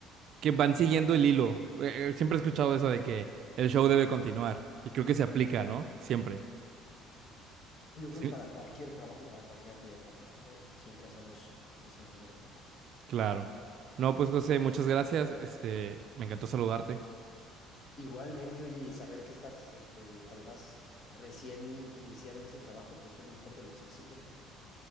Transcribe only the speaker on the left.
Yo
creo que para cualquier trabajo y para cualquier actividad en la vida, ¿no? El- siempre hacemos y siempre nos gusta.
Igualmente, oye, y saber que estás, este, además, recién iniciado en este trabajo, te deseo el mejor de los éxitos porque,